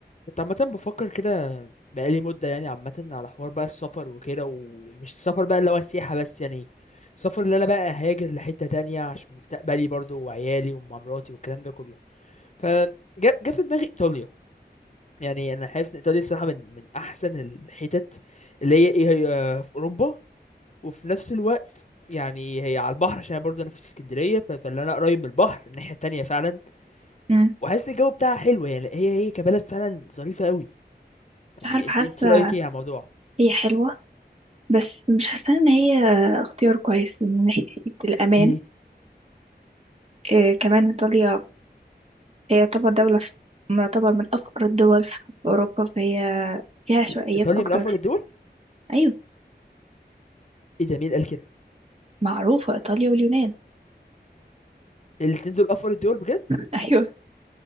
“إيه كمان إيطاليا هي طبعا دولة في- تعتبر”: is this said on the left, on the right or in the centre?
Right